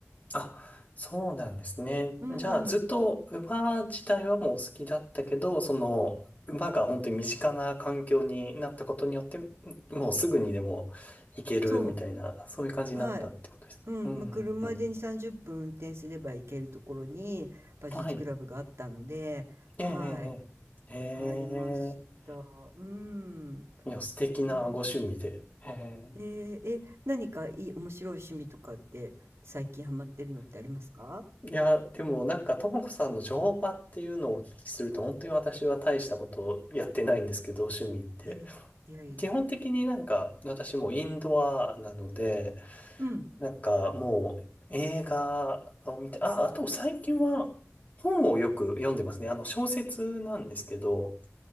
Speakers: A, on the left; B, on the right.
A: あ、そうなんですね。
B: うん、
A: じゃあ、ずっと馬自体はもう好きだったけど、その、馬が本当に身近な環境になったことによって、もうすぐにでも行けるみたいな、
B: そう。
A: そういう感じになったってことです。
B: はい。うん、
A: うん、
B: まあ、車でに30分運転すれば行けるところに、
A: うん、うん。
B: 馬術クラブがあったので、
A: はい。
B: はい、
A: ええ、ええ。ええへえ
B: 入りました。うん。
A: いや、素敵なご趣味で。
B: へえー。
A: へえ
B: ええ、え、何かいい面白い趣味とかって、最近ハマってるのってありますか？
A: いや、でもなんか、ともこさんの乗馬っていうのをお聞きすると、本当に私は大したことやってないんですけど、趣味って。
B: いやいや、いやいや。
A: 基本的になんか、私もインドアなので、
B: うん。
A: なんかもう映画を見て、あ、あと最近は本をよく読んでますね。あの、小説なんですけど、